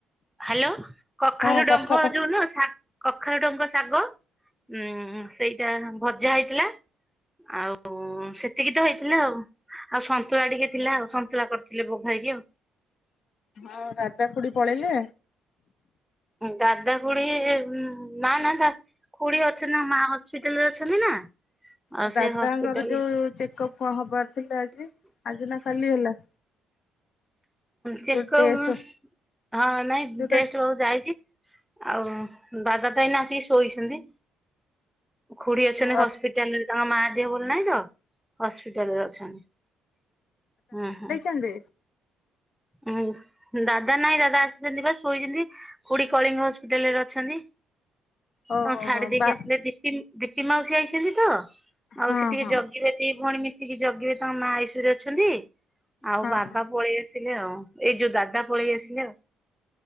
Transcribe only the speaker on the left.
ହଁ
କଥାଟା
ଆଉ ଦାଦା ଖୁଡ଼ି ପଳେଇଲେ।
ଆଉ
ଦାଦାଙ୍କର
ଯୋଉ ଚେକଅପ୍ ହବାର ଥିଲା ଆଜି ଆଜି ନା କାଲି ହେଲା।
ଯୋଉ ଟେଷ୍ଟ
ଯୋଉଟା
ହଁ
ନ୍ଦି
ଓହୋ
ହୋ
ବା
ହଁ
ହଁ
ହଁ
ହଁ।